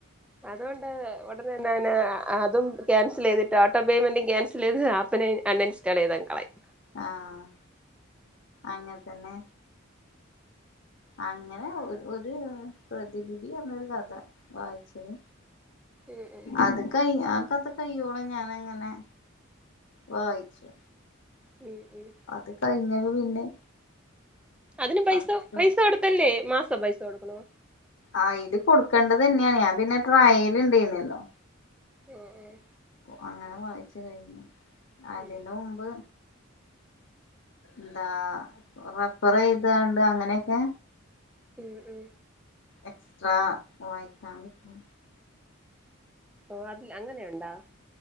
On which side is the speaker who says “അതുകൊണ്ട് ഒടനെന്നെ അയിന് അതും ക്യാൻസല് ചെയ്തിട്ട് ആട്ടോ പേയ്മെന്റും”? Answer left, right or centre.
Centre